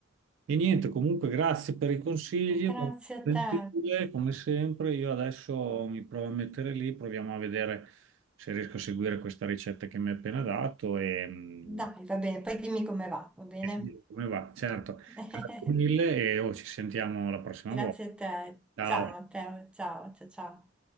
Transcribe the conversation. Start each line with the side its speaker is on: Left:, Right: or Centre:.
Right: E niente, comunque grazie per i consigli,
Centre: Grazie
Right: molto
Centre: a
Right: gentile,
Centre: te.
Right: come sempre. Io adesso mi provo a mettere lì, proviamo a vedere se riesco a seguire questa ricetta che mi hai appena dato e, mm,
Centre: Dai, va bene, poi dimmi come va, va bene?
Right: e ti dico come va. Certo,
Centre: <laughs>
Right: grazie mille e oh, ci sentiamo la prossima
Centre: Grazie
Right: volta.
Centre: a te.
Right: Ciao.
Centre: Ciao Matteo, ciao, ciao, ciao.